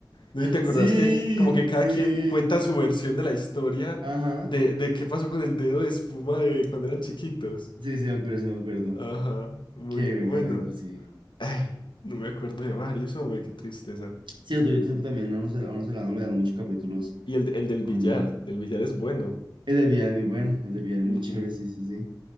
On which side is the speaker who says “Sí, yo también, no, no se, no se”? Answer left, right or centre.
Right